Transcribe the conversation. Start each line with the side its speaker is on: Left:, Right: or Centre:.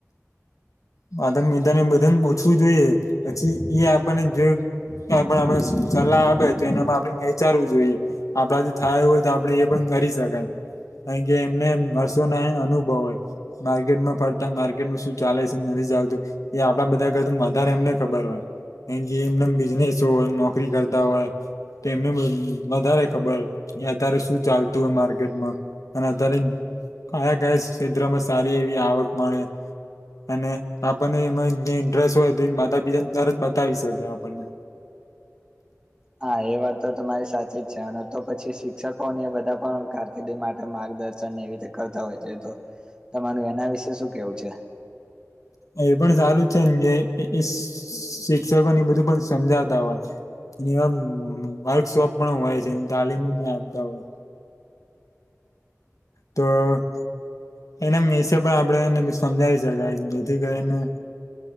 Left: માતા પિતાને બધાને પુછવુ જોઈએ પછી એ આપણને જો કંઈપણ આપડે સલાહ આપે તો એનામાં આપડે વિચારવું જોઈએ. આપડાથી થાય એવું હોય તો આપડે એ પણ કરી શકાય. નહીં કે એમ ને એમ હરસો ના એન અનુભવ હોય માર્કેટનો ફરતા માર્કેટમાં શું ચાલે છે. નથી ચાલતું એ આપડા બધા કરતું વધારે એમને ખબર હોય. એન જે એમન બિઝનેસ હોય નોકરી કરતા હોય તેમને બ વધારે ખબર હોય અતારે શું ચાલતું હોય માર્કેટમાં. અને અતારે કયા કયા ક્ષેત્રમાં સારી એવી આવક મળે. અને આપણને એમાં જે ઇન્ટરેસ્ટ હોય તો એ માતા પિતાને તરત બતાવી શકે આપણને.
Right: હા એ વાત તો તમારી સાચી જ છે અને તો પછી શિક્ષકો ને બધા પણ કાર કિર્દી માટે માર્ગદર્શન એવી રીતે કરતા હોય છે તો તમાર એના વિશે શું કેવું છે.
Left: એ પણ સારું છે ને જે શિક્ષકોને બધું પણ સમજાતા હોય. ને એવા વર્કશોપ પણ હોય છે તાલીમ પણ આપતા હોય. તો એના મીશે પણ આપણેેને બી સમજાવી શકાય જેથી કરીને